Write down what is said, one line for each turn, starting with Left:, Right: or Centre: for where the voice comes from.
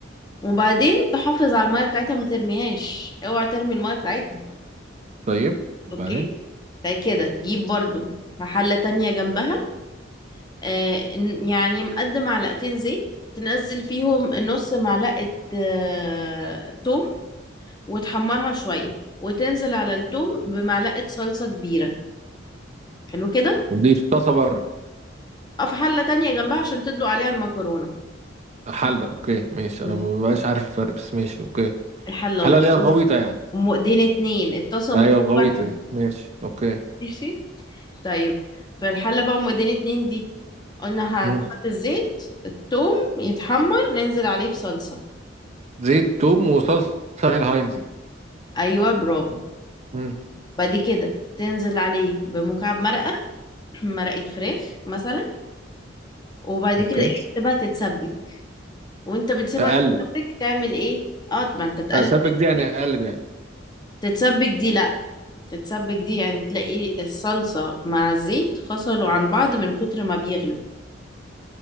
Left: وبعدين تحافظ على الميه بتاعتها ما ترميهاش اوعى ترمي الميه بتاعتها
Right: طيب وبعدين
Left: اوكي بعد كده تجيب برضو في حله تانية جنبها آه ن- يعني مقدم معلقتين زيت تنزل فيهم نص معلقه آه توم وتحمرها شويه وتنزل على التوم بمعلقه صلصه كبيره حلو كده
Right: دي في طاسه بره
Left: أو في حله تانية جنبها عشان تدلق عليها المكرونه
Right: حله اوكي ماشي
Left: مم.
Right: انا ما بقاش عارف الفرق بس ماشي اوكي
Left: الحله
Right: حله
Left: الغلط
Right: اللي هي الغويطه يعني
Left: ام ايدين اتنين اتصلوا
Right: ايوه الغويطه
Left: واحدة
Right: دي ماشي اوكي
Left: ماشي طيب في الحلة بقى ام ايدين اتنين دي قلنا
Right: مم.
Left: هتحط الزيت التوم يتحمر ننزل عليه بصلصة
Right: زيت توم وصلصه هي الهاينز دي
Left: ايوه برافو
Right: مم.
Left: بعد كده تنزل عليه بمكعب مرقة <clears throat> مرقة فراخ مثلا وبعد
Right: اوكي
Left: كده ايه تسيبها تتسبك وانت بتسيبها
Right: اقلب
Left: تتسبك تعمل ايه اه ما انت تقلب
Right: اسبك دي يعني اقلب يعني
Left: تتسبك دي لا تتسبك دي يعني تلاقي الصلصة مع الزيت فصلوا عن بعض من كتر ما بيغلي